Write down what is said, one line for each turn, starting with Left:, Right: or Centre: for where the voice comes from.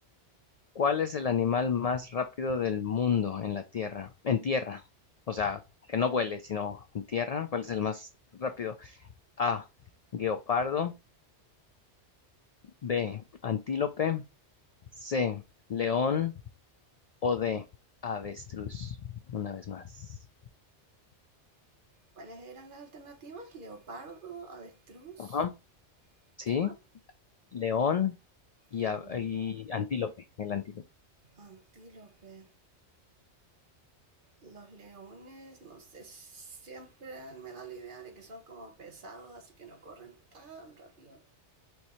Left: ¿cuál es el animal más rápido del mundo en la tierra? En tierra. O sea, que no vuele, sino en tierra. ¿Cuál es el más rápido? A, guepardo. B, antílope. C, león. O D, avestruz. Una vez más.
Right: ¿Cuáles eran las alternativas? Leopardo, avestruz,
Left: Ajá. ¿Sí?
Right: ¿qué más?
Left: león y,
Right: León,
Left: a- y antílope, el antílope.
Right: antílope. Los leones, no sé, siempre me da la idea de que son como pesados, así que no corren tan rápido.